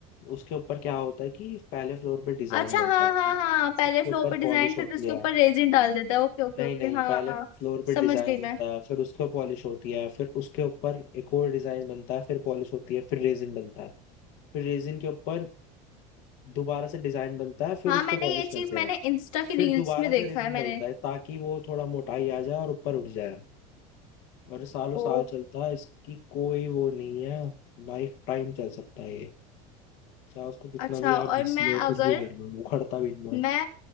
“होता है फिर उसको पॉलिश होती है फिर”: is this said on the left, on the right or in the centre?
Left